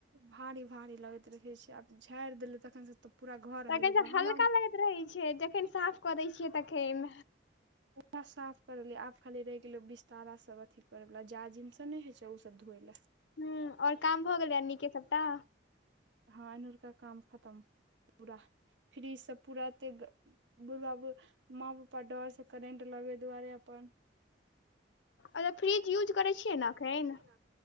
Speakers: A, on the right (about 80°); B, on the left (about 80°).
A: भारी भारी लगैत रहे छै आब झाड़ि देल तखन से त पूरा घर
B: तखन
A: हलुक
B: तऽ हल्का
A: हमा
B: लगैत रहै छै जखैन साफ कऽ दै छियै तखैन।
A: पुरा साफ कर लियै आब खाली रहि गेलै बिस्तारा सभ अथी करयवला जाजिम सब नहि होइ छै ओसभ धोए लए।
B: हूं और काम भऽ गेलय अनीके सबटा?
A: हँ अनूर का काम खतम। पूरा फ्री स पूरा ते बुढ़बा माँ पापा डर से करेंट लगै दुआरे अपन
B: अच्छा फ्रिज यूज
A: फ्रिज
B: करै छियै
A: युज
B: ने एखन
A: करै छियै न।